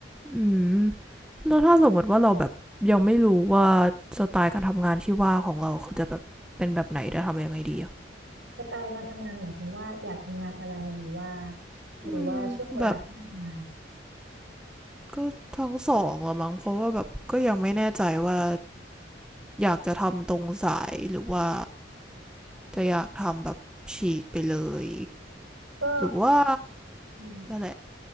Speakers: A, in the centre; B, on the right.
A: อืมแล้วถ้าสมมติว่าเราแบบยังไม่รู้ว่าสไตล์การทำงานที่ว่าของเราคือจะแบบเป็นแบบไหนจะทำยังไงดีอะ
B: สไตล์การทำงานหมายถึงว่าอยากทำงานอะไรหรือว่าหรือว่าช่วงเวลาที่นั่งทำงาน
A: อืมแบบก็ทั้งสองละมั้งเพราะว่าแบบก็ยังไม่แน่ใจว่าอยากจะทำตรงสายหรือว่าจะอยากทำแบบฉีกไปเลย
B: ก็
A: หรือว่า
B: อืม
A: นั่นแหละ